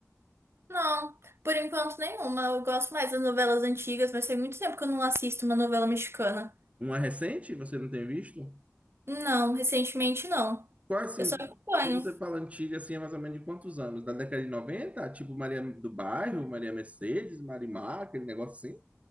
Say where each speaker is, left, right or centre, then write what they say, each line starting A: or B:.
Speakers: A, on the right; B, on the right.
A: não, por enquanto nenhuma. Eu gosto mais das novelas antigas, mas tem muito tempo que eu não assisto uma novela mexicana.
B: Uma recente, você não tem visto?
A: Não, recentemente não.
B: Qual, assim,
A: Eu só acompanho.
B: quando você fala antiga, assim, é mais ou menos de quantos anos? Da década de noventa Tipo Maria do Bairro, Maria Mercedes, Marimar, aquele negócio assim?